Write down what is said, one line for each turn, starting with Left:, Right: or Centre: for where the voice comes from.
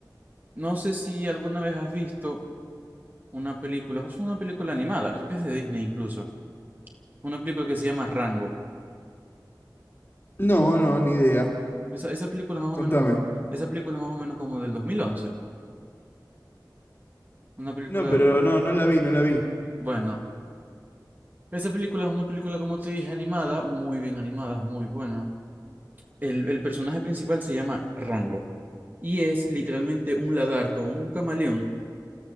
Right: no sé si alguna vez has visto una película, o sea, una película animada, creo que es de Disney incluso. Una película que se llama Rango.
Left: No, no, ni idea.
Right: Esa, esa película más o
Left: Contame.
Right: menos, co- esa película más o menos como del 2011. Una película,
Left: No, pero
Right: de-
Left: no, no la vi, no la vi.
Right: bueno, esa película es una película, como te dije, animada, muy bien animada, muy buena. El, el personaje principal se llama Rango y es literalmente un lagarto, un camaleón